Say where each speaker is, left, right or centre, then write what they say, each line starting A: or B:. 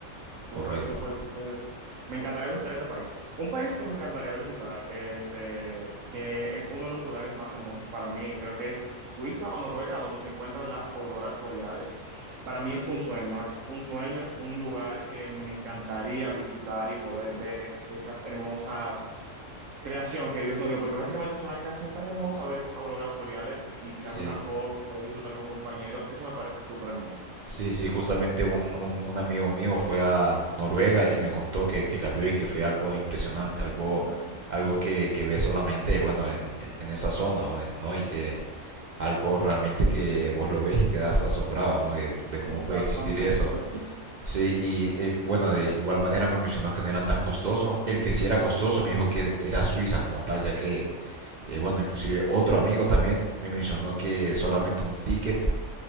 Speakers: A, on the right; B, on the right.
A: súper,
B: correcto.
A: súper, súper Me encantaría visitar ese país. Un país que me encantaría visitar, este, que es uno de los lugares más hermosos para mí, creo que es Suiza o Noruega, donde se encuentran las auroras boreales. Para mí es un sueño, es un sueño, es un lugar que me encantaría visitar y poder ver es- esas hermosas creación que Dios nos dio, porque básicamente es una creación tan hermosa ver esas auroras boreales y tirarme
B: Sí.
A: una foto, poder disfrutar con compañeros, eso me parece súper hermoso.
B: Sí, sí, justamente un, un, un amigo mío fue a Noruega y me contó que, que la vio y que fue algo impresionante, algo,
A: Ay, Dios
B: algo
A: mío.
B: que, que ve solamente, bueno, en, en- en esa zona, o- ¿no? Y que algo realmente que vos lo ves y quedas asombrado, ¿no? De, de cómo
A: Exactamente.
B: puede existir eso.
A: eso sí.
B: Sí, y eh, bueno, de igual manera me mencionó que no era tan costoso. El que sí era costoso me dijo que era Suiza como tal, ya que, eh, bueno, inclusive otro amigo también me mencionó que solamente un ticket